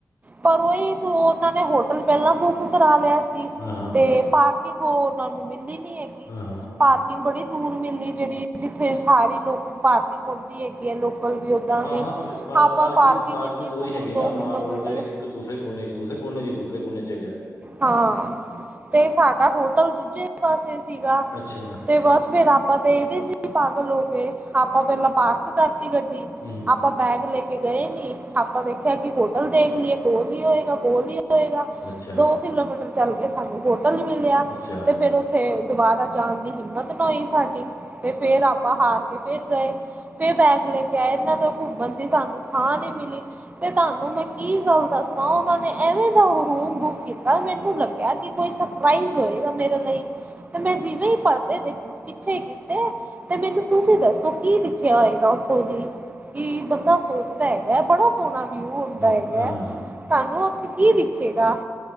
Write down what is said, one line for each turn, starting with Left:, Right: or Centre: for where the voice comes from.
Right: ਪਰ ਓਹੀ ਤ ਓਨਾਂ ਨੇ ਹੋਟਲ ਪੈਲਾਂ ਬੁੱਕ ਕਰਾ ਲਿਆ ਸੀ।
Left: ਹਾਂ-ਹਾਂ
Right: ਤੇ ਪਾਰਕਿੰਗ ਓ ਓਨਾਂ ਨੂੰ ਮਿਲੀ ਨੀ ਹੈ
Left: ਹਾਂ।
Right: ਪਾਰਕਿੰਗ ਬੜੀ ਦੂਰ ਮਿਲੀ, ਜਿਹੜੀ ਜਿੱਥੇ ਸਾਰੀ ਲੋਕ ਪਾਰਕਿੰਗ ਹੁੰਦੀ ਹੈਗੀ ਐ ਲੋਕਲ ਵੀ। ਓਦਾਂ
Left: ਹਾਂ-ਹਾਂ
Right: ਵੀ
Left: ਪ
Right: ਆਪਾਂ
Left: ਪਾਰਕਿੰਗ-ਪਾਰਕਿੰਗ
Right: ਪਾਰਕਿੰਗ ਇੰਨੀ
Left: ਦੋ
Right: ਦੂਰ
Left: ਹੀ ਹੈਗੇ ਨਾ ਮਾਲ
Right: ਕਿਲੋਮੀਟਰ
Left: ਰੋਡ ਦੇ ਇੱਕ ਦੂਸਰੇ ਕੋਨੇ ਇੱਕ ਦੂਸਰੇ। ਕੋਣੇ ਜੀ ਦੁਸਰੇ ਕੋਣੇ ਚ' ਹੈਗੈ।
Right: ਹਾਂ। ਤੇ ਸਾਡਾ ਹੋਟਲ ਦੂਜੇ ਪਾਸੇ ਸੀਗਾ।
Left: ਅੱਛਾ,
Right: ਤੇ ਬਸ ਫੇਰ ਆਪਾਂ ਤੇ ਏਦੇ ਚ' ਈ ਪਾਗਲ ਹੋ ਗਏ, ਆਪਾਂ ਪਹਿਲਾਂ ਪਾਰਕ ਕਰਤੀ ਗੱਡੀ।
Left: ਹੂ
Right: ਆਪਾਂ ਬੈਗ ਲੈ ਕੇ ਗਏ ਨੀ ਆਪਾਂ ਦੇਖਿਆ ਕਿ ਹੋਟਲ ਦੇਖ ਲਈਏ, ਕੋਲ ਈ ਹੋਏਗਾ, ਕੋਲ ਈ ਹੋਏਗਾ।
Left: ਅੱਛਾ।
Right: ਦੋ ਕਿਲੋਮੀਟਰ ਚੱਲ ਕੇ ਸਾਨੂੰ ਹੋਟਲ ਮਿਲਿਆ।
Left: ਅੱਛਾ,
Right: ਤੇ ਫੇਰ ਉਥੇ ਦੁਬਾਰਾ ਜਾਣ ਦੀ ਹਿੰਮਤ ਨਾ ਹੋਈ ਸਾਡੀ, ਤੇ ਫੇਰ ਆਪਾਂ ਹਾਰ ਕੇ ਫਿਰ ਗਏ। ਫੇਰ ਬੈਗ ਲੈ ਕੇ ਆਏ ਏਨਾਂ ਤੋਂ ਘੁੰਮਣ ਦੀ ਸਾਨੂੰ ਥਾਂ ਨੀ ਮਿਲੀ। ਤੇ ਤੁਹਾਨੂੰ ਮੈਂ ਕੀ ਗੱਲ ਦੱਸਾਂ ਓਨਾਂ ਨੇ ਐਵੇਂ ਦਾ ਓਹ ਰੂਮ ਬੁੱਕ ਕੀਤਾ ਮੈਨੂੰ ਲੱ ਗਿਆ ਕੀ ਕੋਈ ਸਰਪ੍ਰਾਈਜ਼ ਹੋਏਗਾ ਮੇਰੇ ਲਈ। ਤੇ ਮੈਂ ਜਿਵੇਂ ਈ ਪਰਦੇ ਦੇ ਪਿੱਛੇ ਗਈ। ਤੇ-ਤੇ ਮੈਨੂੰ ਤੁਸੀਂ ਦੱਸੋ ਕੀ ਦਿਖਿਆ ਹੋਏਗਾ ਉੱਥੋ ਦੀ? ਕੀ ਬੰਦਾ ਸੋਚਦਾ ਹੈਗਾ ਬੜਾ ਸੋਣਾ ਵਿਊ ਹੁੰਦਾ
Left: ਹਾਂ,
Right: ਹੈਗੈ,
Left: ਹਾਂ-ਹਾਂ।
Right: ਤੁਹਾਨੂੰ ਉੱਥੇ ਕੀ ਦਿਖੇਗਾ?